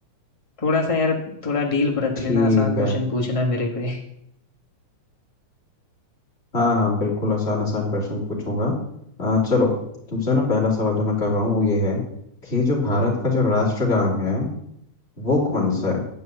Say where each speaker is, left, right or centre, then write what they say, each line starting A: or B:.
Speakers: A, on the left; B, on the left.
A: थोड़ा सा यार थोड़ा ढील बरत
B: ठीक
A: लेना आसान क्वेश्चन
B: है
A: पूछना मेरे पे
B: हाँ हाँ बिल्कुल आसान आसान क्वेश्चन पूछूंगा अ, चलो तुमसे ना पहला सवाल जो मैं कर रहा हूँ वो ये है कि जो भारत का जो राष्ट्रगान है वो कौन सा है